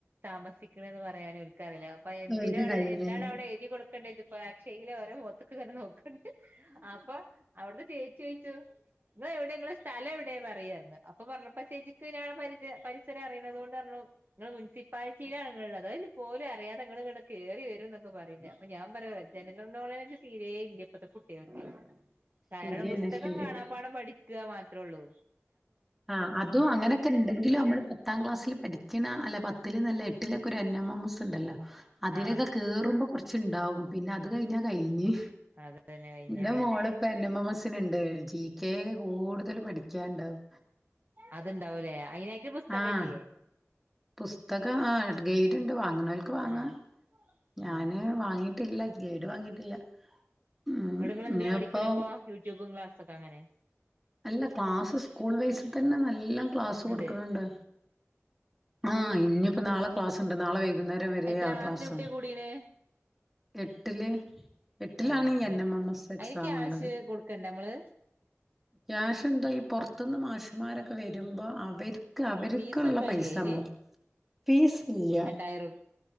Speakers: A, on the right (about 40°); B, in the centre.
A: താമസിക്കണെന്ന് പറയാല്ലോ അപ്പൊ എന്തിനാണ്
B: അവർക്ക് കഴിയണില്ല
A: എന്താണ് അവിടെ എഴുതി കൊടു <unintelligible> അക്ഷെയെലവര മുഖത്ത്ക്ക് വര നോക്കാ ട്ട് അപ്പൊ അവിടുന്ന് ചേ ചോയിച്ചോ ഇങ്ങള് എവിട ഇങ്ങള് സ്ഥല എവിടെ പറയാര്ന്ന് അപ്പൊ പറഞ്ഞപ്പ ചേച്ചിക്ക് ഞ, പരിജയ, പരി ച്ചൊരെ അറിയണതോണ്ട് റഞ്ഞു ഇങ്ങള് മുൻസിപ്പാലിറ്റിയിലാള്ളത്. അതി പോലും അറിയാതെ നിങ്ങള് ഇങ്ങട് കേറിവരുംന്നൊക്കെ പറയണുണ്ടാര്ന്ന്. ഞാ പറയാ ജനനോളെജ് തീരെ ഇല്ല ഇപ്പത്തെ കുട്ടിയക്കെ. കാരണം
B: ശരിയാണ്
A: പുസ്തകം
B: ശരിയാണ്
A: കാണാ പാഠം പഠി ഗാ മാ ത്രൊള്ളൂ
B: ആ അതും അങ്ങനൊക്കെണ്ടെങ്കിലും അമ്മള് പത്താം ക്ലാസ്സില് പഠിക്ക്ണാ അല്ല പ ത്തില്ന്നല്ല എട്ടിലൊക്കെ ഒരു എന്നാമോമോസ് ഇണ്ടല്ലോ അതിലൊക്കെ
A: ആഹ്
B: കേറുമ്പോ കൊർ ച്ച്ണ്ടാവും പിന്നെ അത് കഴിഞ്ഞാ കഴിഞ്ഞ്
A: അത് തന്നെ കഴിഞ്ഞ
B: ഇന്റൊ
A: കഴിഞ്ഞ്
B: മോള്പ്പൊ എന്നെമമാസ് ത്തിന്ണ്ട് <unintelligible> ട്യാക്ക് കൂടുതല് പടിക്കാുണ്ടാവും
A: അത്ണ്ടാവൂലേ അയിനായിട്ട് പുസ്തകല്ലേ
B: ആഹ് പുസ്തകം ആ ഗെയ്ഡ്ണ്ട് വാങ്ങ്ണോൽക്ക് വാങ്ങാ
A: ആഹ്
B: ഞാന്
A: ആഹ്
B: വാങ്ങി ട്ടില്ല ഗൈഡ് വാങ്ങിട്ടില്ല. ഉം
A: ഇങ്ങട്ട് ങ്ങള് എന്തിലാ
B: ഇനിയിപ്പോ
A: പഠിക്കല് അപ്പോ യൂട്യൂബും ക്ലാസ് ക്കൊ അങ്ങനെ
B: അല്ല ക്ലാസ് സ്കൂൾ വൈസ് തന്നെ നല്ലം ക്ലാസ് കൊടുക്ക്ണണ്ട്
A: ഇണ്ട്
B: ആഹ് ഇഞ്ഞിപ്പം നാളെ ക്ലസ്ണ്ട് നാളെ വൈ വൈകുന്നേരം വരെ
A: എത്രാം
B: ആ
A: ക്ലാസ്സിലെ
B: ക്ലാസാണ്
A: കുട്ടിയ കൂടീണ്
B: എട്ടില് എട്ടിലാണ്
A: ആഹ്
B: ഈ
A: ആഹ്
B: എൻ എം എം എസ് എക്സാമ്ള്ളത്
A: അയിന് ക്യാഷ് കൊടുക്കണ്ടേ നമ്മള്
B: കാഷെന്തോ ഈ പൊർത്ത്ന്ന് മാഷ്മാരൊക്കെ വരുമ്പോ അവർ ക്ക് അവര്ക്ക്ള്ള
A: ഫീസ് എന്തോ
B: പൈസണ്ടാവും
A: ഇല്ലേ അയിന്
B: ഫീസ് ഇല്ല
A: രണ്ടായിരം ഒരു